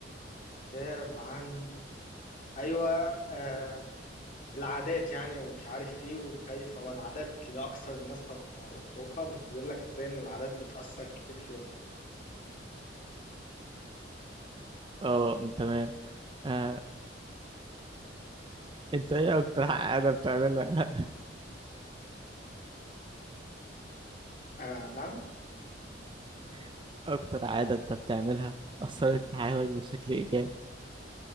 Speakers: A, on the left (about 45°); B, on the right (about 25°).
A: كتاب عن أيوة آه، العادات يعني ومش عارف ايه وكيف هو العادات لأكثر الناس توقعا بيقول لك ازاي ان العادات بتأثر كتير فيهم
B: اه تمام آه انت ايه اكتر عادة بتعملها
A: آه نعم
B: <laughs> اكتر عادة انت بتعملها اثرت في حياتك بشكل ايجابي